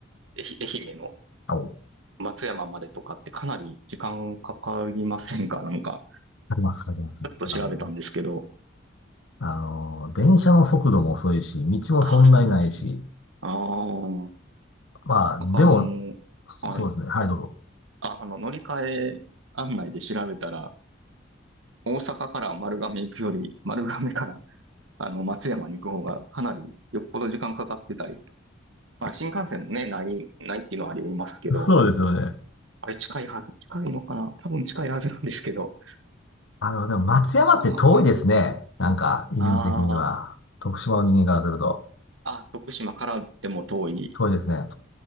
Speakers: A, on the right; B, on the left.
A: 愛媛愛媛の
B: あ、おあ
A: 松山までとかってかなり時間かかりませんか <laughs> なんか、
B: ります、わあります。ありますあの、
A: ちょっと調べたんですけど。
B: あの、電車の速度も遅いし、道もそんなにないし、
A: ああ、そうなんですね。ああ、
B: まあ、
A: なんかあの、
B: でも、そそうですね。
A: はい。
B: はい、どうぞ。
A: あ、あの、乗り換え案内で調べたら、大阪から丸亀行くより、丸亀からあの松山に行く方がかなりよっぽど時間かかってたり、まあ新幹線もね、ない、ないっていうのはありますけど、
B: <laughs> そうですよね。
A: あれ近いはず、近いのかな多分近いはずなんですけど、
B: あの、でも松山って遠いですね。
A: なかなか、
B: なんか、イメージ的には。
A: ああ、
B: 徳島の人間からすると、
A: あ、徳島からでも遠い
B: 遠いですね。